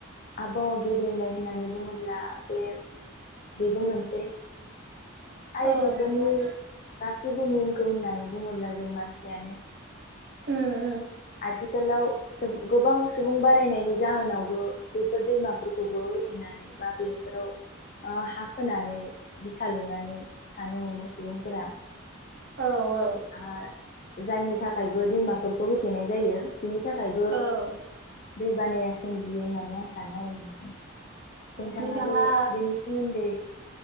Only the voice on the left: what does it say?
आबहावा गेब्रेनाय होननानै बुङोब्ला बे बेबो मोनसे आरो
बेफोरनि
गासैबो मेनखौ होननानै बुङोब्ला जों मानसियानो
आथिखालाव जों गोबां सुबुं बारायनायनि जाहोनावबो बेफोर दैमाफोरखौबो होथेनानै बा बेफोराव ओ हा खोनानै बिथा लुनानै थानो हमो सुबुंफोरा।
हा जायनि थाखायबो दैमाफोरखौ होथेनाय जायो बिनि थाखायबो
दैबानाया सोमजियो होननानै आं सानो आरो नोंथां। नोंथाङाबो
बेनि सोमोन्दै